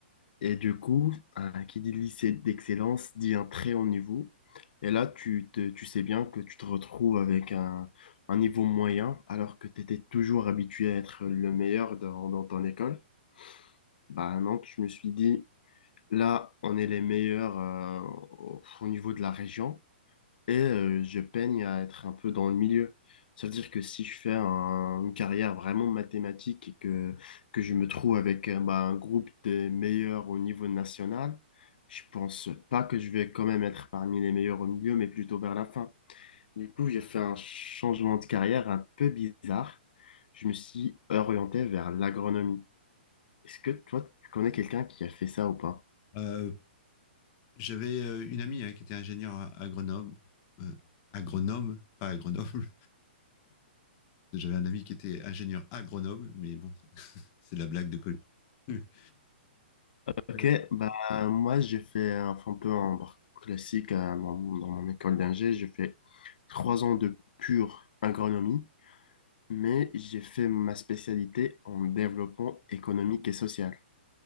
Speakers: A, on the left; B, on the left.
A: Et du coup, euh, qui dit lycée d'excellence dit un très haut niveau. Et là, tu, te- tu sais bien que tu te retrouves avec un, un niveau moyen, alors que tu étais toujours habitué à être le meilleur dans, dans ton école. Bah non, je me suis dit, là, on est les meilleurs euh, au au niveau de la région et euh, je peigne à être un peu dans le milieu. Ça veut dire que si je fais un- une carrière vraiment mathématique et que, que je me trouve avec euh, bah, un groupe des meilleurs au niveau national, je pense pas que je vais quand même être parmi les meilleurs au milieu, mais plutôt vers la fin. Du coup, j'ai fait un changement de carrière un peu bizarre. Je me suis orienté vers l'agronomie. Est-ce que toi, tu connais quelqu'un qui a fait ça ou pas?
B: Euh, j'avais euh, une amie hein, qui était ingénieure a- agronome, euh, agronome, pas à Grenoble. <laughs> J'avais un ami qui était ingénieur à Grenoble, mais bon, <laughs> c'est de la blague de police. <laughs>
A: Ok,
B: Euh,
A: bah moi j'ai fait un, un peu un parcours classique euh, dans, mon dans mon école d'ingé. J'ai fait trois ans de pure agronomie, mais j'ai fait ma spécialité en développement économique et social.